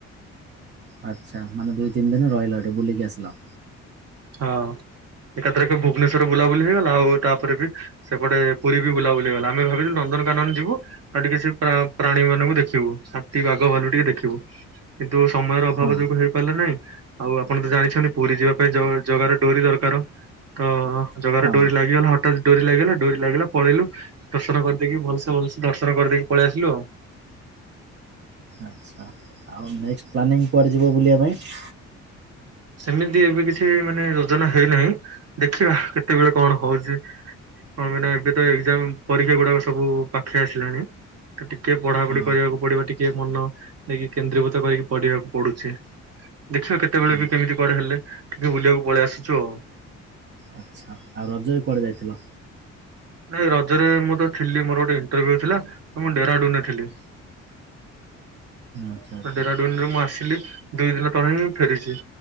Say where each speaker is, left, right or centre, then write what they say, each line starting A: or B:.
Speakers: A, on the right (about 40°); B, on the right (about 55°).
A: ଆଚ୍ଛା ମାନେ ଦୁଇ ତିନି ଦିନ ରହିଲ ଏଠି ବୁଲିକି ଆସିଲ।
B: ହଁ। ଏକାଥରକେ ଭୁବନେଶ୍ୱର ବୁଲାବୁଲି ହେଇଗଲା, ଆଉ ତାପରେ ବି ସେପଟେ ପୁରୀ ବି ବୁଲାବୁଲି ହେଇଗଲା। ଆମେ ଭାବିଲୁ ନ ନନ୍ଦନ କାନନ ଯିବୁ, ଆଉ ଟିକେ ସେ ପ୍ରା-ପ୍ରାଣୀ ମାନଙ୍କୁ ଦେଖିବୁ। ହାତୀ, ବାଘ, ଭାଲୁ ଟିକେ ଦେଖିବୁ। କିନ୍ତୁ ସମୟର ଅଭାବ
A: ହଁ
B: ଯୋଗୁଁ ହେଇପାରିଲା ନାହିଁ। ଆଉ ଆପଣ ତ ଜାଣିଛନ୍ତି ପୁରୀ ଯିବା ପାଇଁ ଜୟ ତୁ ଜଗାର ଡୋରି ଦରକାର। ତ ଜଗାର
A: ହଁ
B: ଡୋରି ଲାଗିଗଲା, ହଠାତ୍ ଡୋରି ଲାଗିଗଲା, ଡୋରି ଲାଗିଲା ପଳେଇଲୁ। ଦର୍ଶନ କରିଦେଇକି ଭଲସେ ଭଲସେ ଦର୍ଶନ କରିଦେଇକି ପଳେଇ ଆସିଲୁ ଆଉ।
A: ଆଚ୍ଛା। ଆଉ ନେକ୍ସଟ୍ ପ୍ଲାନିଂ କୁଆଡ଼େ ଯିବ ବୁଲିବା ପାଇଁ?
B: ସେମିତି ଏବେ କିଛି ମାନେ ଯୋଜନା ହେଇନାହିଁ। ଦେଖିବା କେତେବେଳେ କଣ ହଉଛି? ହଁ, ମାନେ ଏବେ ତ ଏକ୍ଜାମ ପରୀକ୍ଷା ଗୁଡାକ ସବୁ ପାଖେଇ ଆସିଲାଣି। ତ ଟିକେ ପଢାପଢି
A: ହଁ
B: କରିବାକୁ ପଡିବ, ଟିକେ ମନ ନେଇକି କେନ୍ଦ୍ରୀଭୂତ କରିକି ପଢିବାକୁ ପଡୁଛି। ଦେଖିବା କେତେବେଳେ
A: ଆଚ୍ଛା
B: ବି କେମିତି କୁଆଡେ ହେଲେ, ଟିକେ ବୁଲିବାକୁ ପଳେଇ ଆସିଛୁ ଆଉ।
A: ଆଚ୍ଛା ଆଉ ରଜରେ କୁଆଡ଼େ ଯାଇଥିଲ?
B: ନାଇଁ ରଜରେ ମୁଁ ତ ଥିଲି, ମୋର ଗୋଟେ ଇଣ୍ଟରଭ୍ୟୁ ଥିଲା, ମୁଁ ଡେରାଡୁନରେ ଥିଲି।
A: ଆଚ୍ଛା ଆଚ୍ଛା
B: ଡେରାଡୁନରେ ମୁଁ ଆସିଲି, ଦୁଇ ଦିନ ତଳେ ହିଁ ଫେରିଛି।